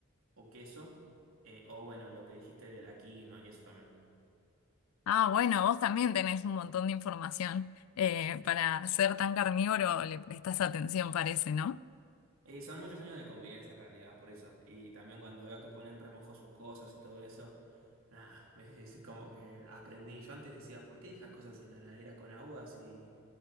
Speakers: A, on the right; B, on the left.
A: o queso, eh, o bueno, lo que dijiste de la quinoa y eso también.
B: Ah, bueno, vos también tenés un montón de información. Eh, para ser tan carnívoro le prestás atención, parece, ¿no?
A: Y son muchos años de convivencia en realidad, por eso. Y también cuando veo que ponen remojo sus cosas y todo eso, nada, me <laughs> es como que aprendí. Yo antes decía, ¿por qué dejas cosas en la heladera con agua si,